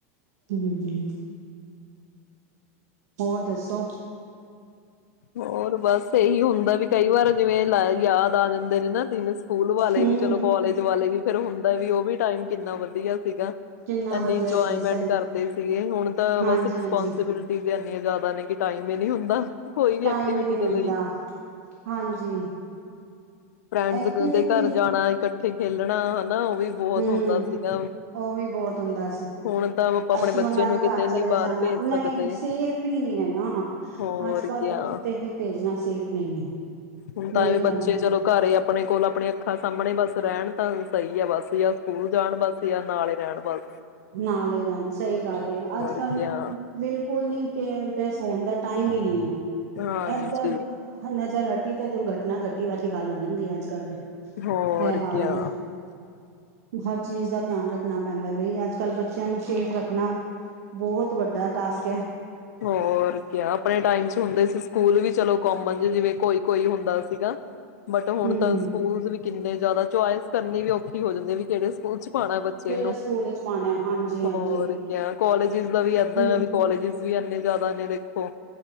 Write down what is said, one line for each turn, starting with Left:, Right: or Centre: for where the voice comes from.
Right: ਹੂੰ ਹੋਰ ਦੱਸੋ
Left: ਹੋਰ ਬਸ ਇਹੀ ਹੁੰਦਾ ਵੀ ਕਈ ਵਾਰ ਜਿਵੇਂ ਲ ਯਾਦ ਆ ਜਾਂਦੇ ਨੇ ਨਾ ਤਿੰਨ ਸਕੂਲ ਵਾਲੇ
Right: ਹੂੰ
Left: ਵੀ ਚਲੋ ਕਾਲਜ ਵਾਲੇ ਵੀ ਫੇਰ ਹੁੰਦਾ ਵੀ ਉਹ ਵੀ ਟਾਈਮ ਕਿੰਨਾ ਵਧੀਆ
Right: ਕਿੰਨਾ
Left: ਇਨੀ
Right: ਵਧੀਆ
Left: ਇੰਜੋਏਮੈਂਟ
Right: ਸੀ ਸਹੀ
Left: ਕਰਦੇ ਸੀਗੇ ਹੁਣ ਤਾਂ
Right: ਹਾਂਜੀ
Left: ਬਸ ਰਿਸਪੋਂਸੀਬਿਲਟੀ
Right: ਹਾਂਜੀ
Left: ਵੀ ਜ਼ਿਆਦਾ ਨੇ ਕਿ ਟਾਈਮ ਹੀ ਨਹੀਂ ਹੁੰਦਾ ਕੋਈ ਵੀ
Right: ਟਾਈਮ
Left: ਐਕਟੀਵਿਟੀ
Right: ਹੀ ਨਹੀ
Left: ਦੇ
Right: ਹੁੰਦਾ
Left: ਲਈ
Right: ਹਾਂਜੀ
Left: ਫਰੈਂਡਸ
Right: ਐਕਟੀਵਿਟੀ
Left: ਕਦੇ ਘਰ ਜਾਣਾ ਇਕਠ ਉੱਥੇ ਖੇਲਣਾ ਨਾ ਉਹ ਵੀ ਬਹੁਤ
Right: ਹੂੰ
Left: ਹੁੰਦਾ ਸੀਗਾ
Right: ਉਹ ਵੀ ਬਹੁਤ ਹੁੰਦਾ
Left: ਹੁਣ ਤਾਂ ਆਪਾਂ ਆਪਣੇ
Right: ਅਸੀਂ
Left: ਬੱਚੇ
Right: ਉਹਨਾਂ
Left: ਨੂੰ
Right: ਦੇ
Left: ਕਿਤੇ
Right: ਘਰ
Left: ਨੀ
Right: ਚਲੇ
Left: ਬਾਹਰ
Right: ਜਾਣਾ
Left: ਭੇਜ
Right: ਨਹੀਂ
Left: ਸਕਦੇ
Right: ਸੇਫ ਹੀ ਨਹੀਂ ਏ ਨਾ
Left: ਹੋਰ
Right: ਅੱਜ ਕੱਲ
Left: ਕਿਆ
Right: ਦੇ ਕਿਤੇ ਵੀ ਭੇਜਣਾ ਸੇਫ ਨਹੀਂ ਹੈ
Left: ਹੁਣ ਤਾਂ
Right: ਮੇਨ
Left: ਵੀ ਬੱਚੇ
Right: ਗੱਲ ਏ
Left: ਚਲੋ ਘਰ ਹੀ ਆਪਣੇ ਕੋਲ ਆਪਣੀਆਂ ਅੱਖਾਂ ਸਾਹਮਣੇ ਬਸ ਰਹਿਣ ਤਾਂ ਸਹੀ ਆ ਬਸ ਜਾ ਸਕੂਲ ਜਾਣ ਬਸ ਜਾਂ ਨਾਲੇ ਰਹਿਣ ਬਸ
Right: ਨਾਲ ਹੀ ਰੈਣ ਸਹੀ ਗੱਲ ਅੱਜ
Left: ਹੋਰ
Right: ਕੱਲ
Left: ਕਿਆ
Right: ਬਿਲਕੁਲ ਨੀ ਕੇਅਰਲੈਸ ਖਾਣ ਦਾ ਟਾਈਮ ਹੀ ਨਹੀ ਹੈ
Left: ਹਾਂਜੀ
Right: ਇਧਰ ਹਨ ਹਟੀ ਤੇ ਦੁਰਘਟਨਾ ਘਟੀ ਵਾਲੀ ਗੱਲ ਹੁੰਦੀ ਅੱਜ ਕੱਲ੍ਹ ਤੇ
Left: ਹੋਰ
Right: ਇਹ ਹਾਲ
Left: ਕਿਆ
Right: ਏ ਹਰ ਚੀਜ਼ ਦਾ ਧਿਆਨ ਰੱਖਣਾ ਪੈਂਦਾ ਬਈ ਅੱਜ ਕੱਲ ਬੱਚਿਆਂ ਨੂੰ ਸੇਫ ਰੱਖਣਾ ਬਹੁਤ ਵੱਡਾ ਟਾਸਕ ਹੈ।
Left: ਹੋਰ ਕਿਆ ਆਪਣੇ ਟਾਈਮ ਚ ਹੁੰਦੇ ਸੀ ਸਕੂਲ ਵੀ ਚਲੋ ਕੋਮਨ ਜ ਜਿਵੇਂ ਕੋਈ ਕੋਈ ਹੁੰਦਾ ਸੀਗਾ। ਬਟ ਹੁਣ
Right: ਹਮ
Left: ਤਾਂ
Right: ਹਮ
Left: ਸਕੂਲਜ਼ ਵੀ ਕਿੰਨੇ ਜ਼ਿਆਦਾ ਚੁਆਇਸ ਕਰਨੀ ਵੀ ਔਖੀ ਹੋ ਜਾਂਦੀ ਹੈ ਵੀ ਕਿਹੜੇ ਸਕੂਲ ਚ ਪਾਣਾ ਬੱਚੇ
Right: ਕਿਹੜੇ
Left: ਨੂੰ।
Right: ਸਕੂਲ ਵਿੱਚ ਪਾਉਣਾ ਹੈ ਹਾਂਜੀ ਹਾਂਜੀ
Left: ਹੋਰ ਕਿਆ ਕੋਾਲਜਿਸ ਦਾ ਵੀ ਏਦਾਂ
Right: ਹਮ
Left: ਵੀ ਕੋਾਲਜ ਵੀ ਇੰਨੇ ਜ਼ਿਆਦਾ ਨੇ ਦੇਖੋ।